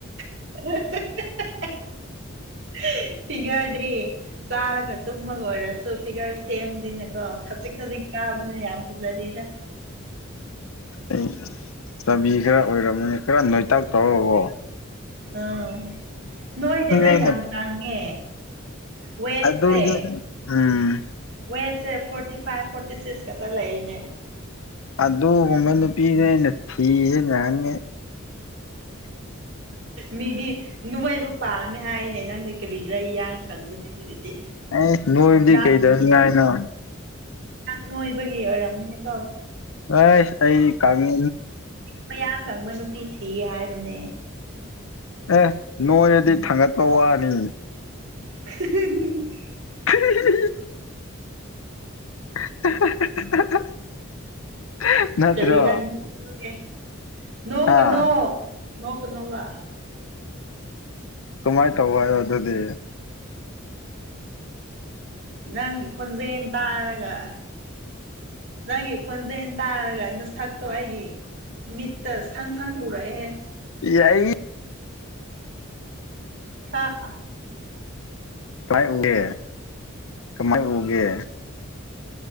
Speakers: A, on the right; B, on the left.
A: <unintelligible> ꯐꯤꯒꯔꯗꯤ ꯆꯥꯔꯒ ꯇꯨꯝꯃꯒ ꯑꯣꯏꯔꯁꯨ ꯐꯤꯒꯔ ꯁꯦꯝꯗꯅꯦꯀꯣ ꯀꯗꯤ ꯀꯥꯕꯅꯦ ꯌꯥꯝ ꯄꯨꯖꯔꯤꯗ
B: ꯑꯩ ꯆꯥꯕꯤ ꯈꯔ ꯑꯣꯏꯔꯝꯃꯅꯤ ꯈꯔ ꯅꯣꯏꯇꯥꯛ ꯇꯧꯔꯕꯣ
A: ꯑꯥ ꯅꯣꯏꯗꯗ
B: ꯑꯩꯅ
A: ꯌꯥꯝ ꯀꯪꯉꯦ ꯋꯦꯠꯁꯦ
B: ꯑꯗꯨꯗꯤ ꯎꯝ
A: ꯋꯦꯠꯁꯦ ꯐꯣꯔꯇꯤ ꯐꯥꯏꯚ ꯐꯣꯔꯇꯤ ꯁꯤꯛꯁ ꯈꯛꯇ ꯂꯩꯅꯦ
B: ꯑꯗꯨꯒꯨꯝꯕ ꯅꯨꯄꯤꯁꯦ ꯑꯩꯅ ꯊꯤꯖꯦ ꯌꯥꯒꯦ
A: ꯃꯤꯗꯤ ꯅꯣꯡꯃꯩꯕꯨ ꯄꯥꯝꯃꯦ ꯍꯥꯏꯅꯦ ꯅꯪꯗꯤ ꯀꯔꯤ ꯈꯔ ꯏꯌꯥꯡ ꯀꯪꯕ ꯊꯤꯕꯗꯤ
B: ꯑꯩꯁ ꯅꯣꯏꯕꯗꯤ
A: ꯅ
B: ꯀꯩꯗꯧꯅꯤꯡꯉꯥꯏꯅꯣ
A: ꯅꯣꯏꯕꯒꯤ ꯑꯣꯏꯔꯝꯅꯤꯅꯦꯀꯣ
B: ꯍ ꯑꯩ ꯀꯃꯤ
A: ꯃꯌꯥ ꯀꯪꯕ ꯅꯨꯄꯤ ꯊꯤ ꯍꯥꯏꯕꯅꯦ
B: ꯑꯦ ꯅꯣꯏ ꯑꯗꯨꯗꯤ ꯊꯥꯡꯒꯠꯄ ꯋꯥꯅꯤ
A: <unintelligible>
B: <unintelligible> <unintelligible> ꯅꯠꯇ꯭ꯔꯣ
A: ꯀꯔꯤ ꯔꯅꯤꯦ ꯅꯣꯛ ꯀꯅꯣ
B: ꯑꯥ
A: ꯅꯣꯛ ꯀꯅꯣꯕ
B: ꯀꯃꯥꯏꯅ ꯇꯧꯕ ꯍꯥꯏꯣ ꯑꯗꯨꯗꯤ
A: ꯅꯪꯒꯤ ꯈꯣꯟꯖꯦꯜ ꯇꯥꯔꯒ ꯅꯪꯒꯤ ꯈꯣꯟꯖꯦꯜ ꯇꯥꯔꯒ ꯅ ꯁꯛꯇꯣ ꯑꯩꯒꯤ ꯃꯤꯠꯇ ꯁꯪ ꯐꯪꯒꯨꯔ ꯑꯦꯦ
B: ꯌꯥꯏ
A: ꯑꯥ
B: ꯀꯃꯥꯏ ꯎꯒꯦ ꯀꯃꯥꯏ ꯎꯕꯒꯦ